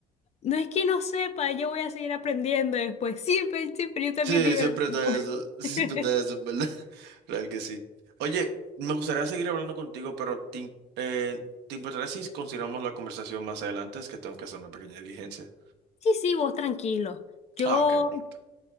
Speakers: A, on the left (about 40°); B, on the right (about 85°).
A: No es que no sepa, yo voy a seguir aprendiendo después. <laughs> Siempre, siempre, yo también
B: Sí,
A: digo
B: siempre
A: lo
B: está
A: mismo.
B: eso. <laughs> Sí,
A: <laughs>
B: Siempre está eso, en verdad. <laughs> Real que sí. Oye, me gustaría seguir hablando contigo, pero ¿te, im- eh, ¿te importaría si continuamos la conversación más adelante? Es que tengo que hacer una pequeña diligencia.
A: Sí, sí, vos tranquilo. Yo
B: Ah, ok. perfecto.